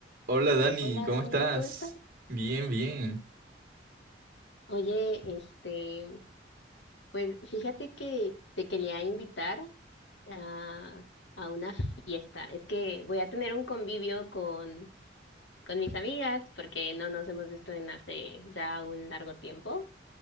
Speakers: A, on the right (about 50°); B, on the left (about 75°).
A: Hola Dani,
B: Hola
A: ¿cómo
B: Dani,
A: estás?
B: ¿cómo estás?
A: Bien, bien.
B: Oye, este, pues fíjate que te quería invitar a, a una fiesta. Es que voy a tener un convivio con, con mis amigas porque no nos hemos visto en hace ya un largo tiempo.